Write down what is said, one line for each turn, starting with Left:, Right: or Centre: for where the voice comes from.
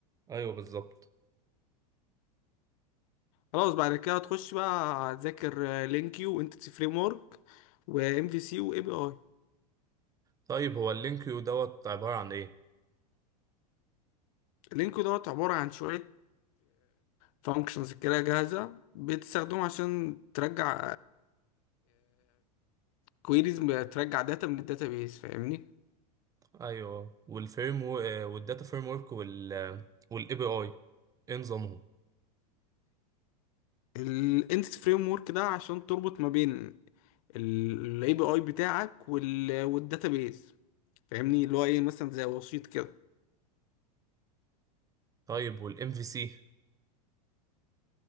Right: ايوه بالظبط
Left: خلاص بعد كده هتخش بقى هتذاكر لينكيو وانتيتي فريم ورك وام في سي واي بي اي
Right: طيب هو اللينك يو دوت عباره عن ايه
Left: لينكو دوت عبارة عن شوية فانكشنز كده جاهزة بتستخدمه عشان ترجع كويريز ترجع داتا من الداتابيس فاهمني
Right: ايوه والفريم و... آه، والداتا فريم ورك وال آه، والاي بي اي ايه نظامهم
Left: الانتس فريم ورك ده عشان تربط ما بين الاي بي اي بتاعك وال والداتابيس فاهمني اللي هو ايه مثلا زي وسيط كده
Right: طيب والام في سي